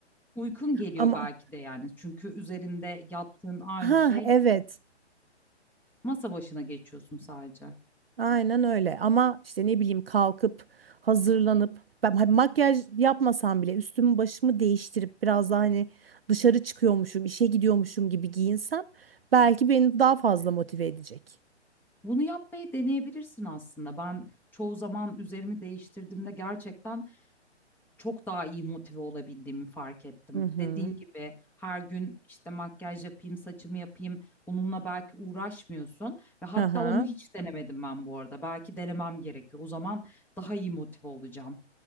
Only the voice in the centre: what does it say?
Uykun geliyor
belki de yani. Çünkü üzerinde yattığın aynı
şey
masa başına geçiyorsun sadece.
Bunu yapmayı deneyebilirsin aslında. Ben çoğu zaman üzerimi değiştirdiğimde gerçekten çok daha iyi motive olabildiğimi fark ettim.
Dediğin gibi her gün işte makyaj yapayım, saçımı yapayım. Bununla belki uğraşmıyorsun ve hatta
onu hiç denemedim ben bu arada. Belki denemem gerekiyor. O zaman daha iyi motive olacağım.